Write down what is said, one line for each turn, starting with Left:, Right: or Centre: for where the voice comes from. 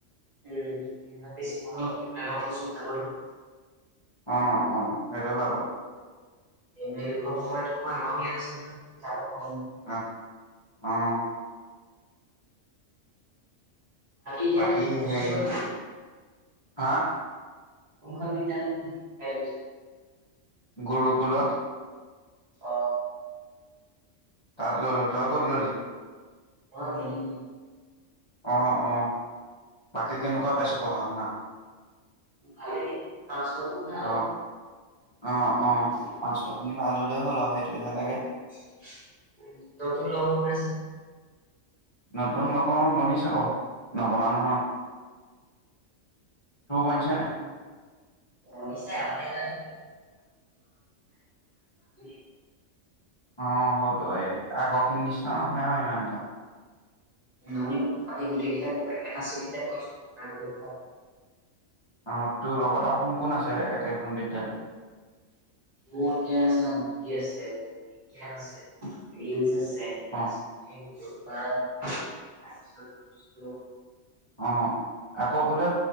Right: উম, বেছি ভাল হব, লগৰবোৰ চব যাব ন।
Left: অঁ অঁ, সেইটো হয় বাও।
Right: এনুৱেল উইকৰ সময়ত আমাৰো ইয়াত আছে নহয় যাদৱ পায়েঙ।
Left: আহ অ।
Right: এতিয়া
Left: বাকী
Right: এডমিচন
Left: সেই
Right: ক'ত
Left: হে, হা?
Right: কোনখন বিদ্যালয়ত ন এডমিছন?
Left: গুৰুকুুলত।
Right: অ।
Left: তাতা ললো, তই কত ললি?
Right: <unintelligible>
Left: অ অ, বাকী কেনেকুৱা পাইছ পঢ়া - শুনা?
Right: ভালেই মাষ্টৰটো ভাল আৰু।
Left: অ অ অ, মাষ্টৰখিনি ভাল হ'লে হ'ল আৰু সেইটোহে লাগে।
Right: <unintelligible>
Left: নতুন <unintelligible> বনিছে বাৰু, নবনা নহয়। তোৰ বনিছে নাই?
Right: বনিছে আমাৰ ইয়ালে <unintelligible>
Left: অ হ'লো এই আগৰখিনি নিচিনা নহয় আৰু ইমান এটা।
Right: আমি আমি গোটেই কেইটা একেটা শ্ৰেণী পঢ়িচো তাৰ গোটেইকেইটা।
Left: অ তোৰ লগত আৰু কোন কোন আছে একেখন বিদ্যালয়ত?
Right: মোৰ এতিয়া চা, ঠিকে আছে, ঠিকে আছে, এজ আছ টেকৰাজ
Left: অ
Right: এ গুৰু পৰা আশ্ৰয় লৈছিলো।
Left: অ আকৌ বোলে